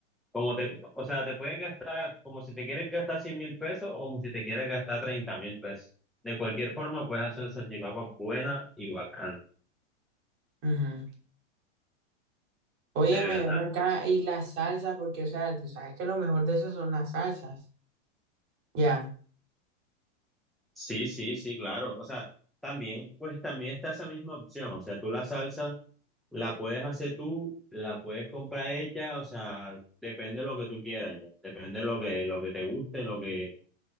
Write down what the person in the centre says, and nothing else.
Como te, o sea, te puedes gastar como si te quieres gastar cien mil pesos o como si te quieres gastar treinta mil pesos. De cualquier forma, puedes hacer una salchipapa buena y bacana,
de verdad.
Sí, sí, sí, claro. O sea, también, pues también está esa misma opción. O sea, tú la salsa la puedes hacer tú, la puedes comprar hecha, o sea, depende de lo que tú quieras ya. Depende de lo que, lo que te guste, lo que,